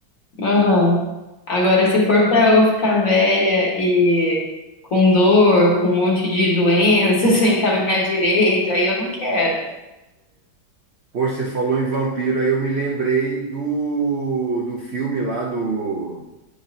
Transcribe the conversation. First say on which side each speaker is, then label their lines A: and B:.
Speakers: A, on the left; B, on the right.
A: <laughs> Aham. Agora, se for para eu ficar velha e com dor, com um monte de doença, <laughs> sem caminhar direito, aí eu não quero.
B: Pô, você falou em vampiro, aí eu me lembrei do, do filme lá do